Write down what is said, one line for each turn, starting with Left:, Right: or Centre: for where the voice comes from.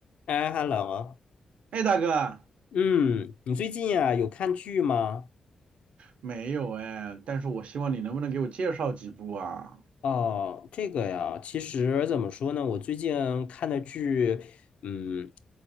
Left: 哎，hello，
Right: 哎，大哥，
Left: 嗯，你最近呀有看剧吗？
Right: 没有哎，但是我希望你能不能给我介绍几部啊？
Left: 哦，这个呀，其实怎么说呢，我最近看的剧，嗯，